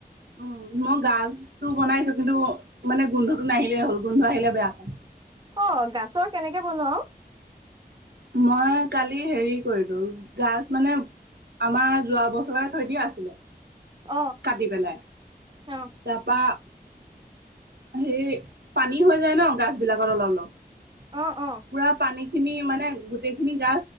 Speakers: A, on the right; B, on the right.
A: উম, মই গাছটো বনাইছো কিন্তু মানে গোন্ধটো নাহিলেই হ'ল, গোন্ধ আহিলে বেয়া পাই।
B: অ, গাছৰ কেনেকে বনোৱাও?
A: মই কালি হেৰি কৰিলো গাছ মানে আমাৰ যোৱা বছৰে থৈ দিয়া আছিলে।
B: অ
A: কাটি পেলাই।
B: অ
A: তাৰপা হেৰি পানী হৈ যায় ন গছ বিলাকত অলপ-অলপ।
B: অ অ
A: পুৰা পানী খিনি মানে গোটেই খিনি গা